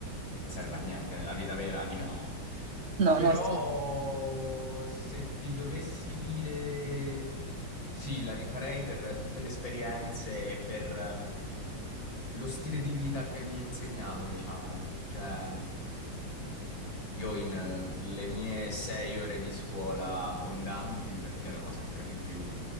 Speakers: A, on the left (about 85°); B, on the right (about 50°).
A: non serve a niente nella vita vera, diciamo.
B: No,
A: Però
B: no, sì.
A: se ti dovessi dire sì, la rifarei per tutte le esperienze e per ehm, lo stile di vita che mi ha insegnato, diciamo. Cioè, io in eh, le mie sei ore di scuola abbondanti, perché erano sempre di più,